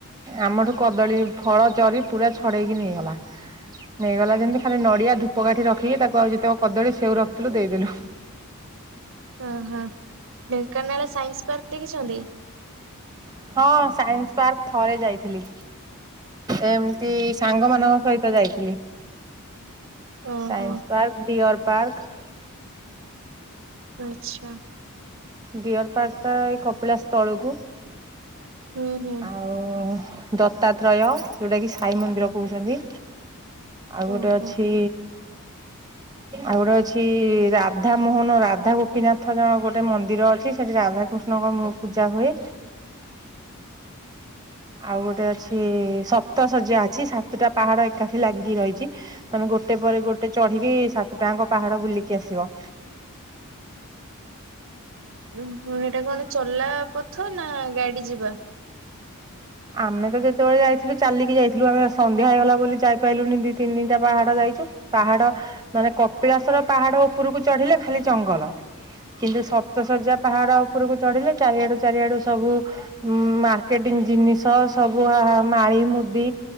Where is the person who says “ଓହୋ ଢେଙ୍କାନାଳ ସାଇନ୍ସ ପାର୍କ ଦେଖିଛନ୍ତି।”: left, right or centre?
Right